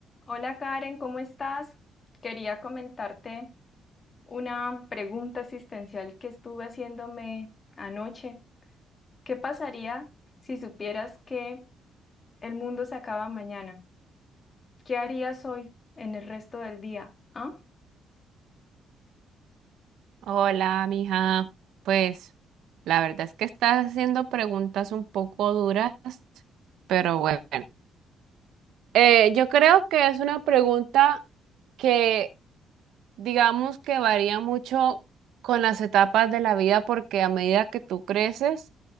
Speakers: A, on the left; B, on the right.
A: Hola Karen, ¿cómo estás? Quería comentarte una pregunta existencial que estuve haciéndome anoche. ¿Qué pasaría si supieras que el mundo se acaba mañana? ¿Qué harías hoy en el resto del día? ¿Ah?
B: Hola, mija. Pues la verdad es que estás haciendo preguntas un poco duras, pero bueno. Eh, yo creo que es una pregunta que digamos que varía mucho con las etapas de la vida porque a medida que tú creces,